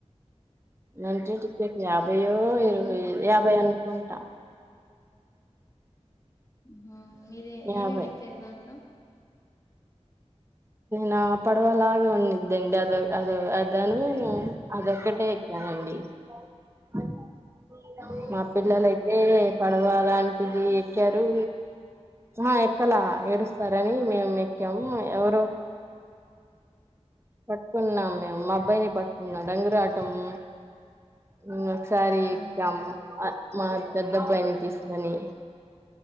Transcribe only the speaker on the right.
ఎంట్రీ టికెట్ యాభై యో
ఇరవై యాబై అను కుంటా
యాభై
నా పడవలాగ ఉన్నిద్దండి. అదొ అద అదనూ అదొక్కటే ఎక్కానండి. ఆటో!
మా పిల్లలై ఏ పడవ లాంటిది ఎక్కారూ? అహా! ఎక్కలా ఏడుస్తారని మేము ఎక్కాము ఎవరో! పట్టుకున్నాం మేము. మా అబ్బాయిని పట్టుకున్నా. రంగురాటము ఉన్న సారీ ఎగ్జామ్,
అ మా పెద్దబ్బాయిని తీసుకొని